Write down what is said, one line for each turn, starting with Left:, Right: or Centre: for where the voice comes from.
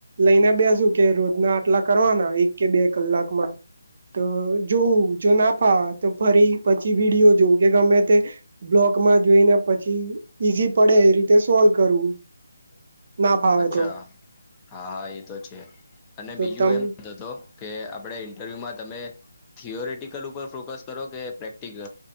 Right: લઈને બેસું કે રોજના આટલા કરવાના એક કે બે કલાકમાં. તો જોવું જો ના ફાવે તો ફરી પછી વિડીયો જોવું કે ગમે તે બ્લોગ <unintelligible> જોઈને પછી ઈઝી પડે એ રીતે સોલ્વ કરવું. ના ફાવે
Left: અચ્છા
Right: તો
Left: હા એ તો છે અને
Right: તો
Left: બીજું
Right: તમ
Left: એમ કહેતો તો કે આપણે ઇન્ટરવ્યુમાં તમે થીયોરેટિકલ ઉપર ફોકસ કરો કે પ્રેક્ટિકલ.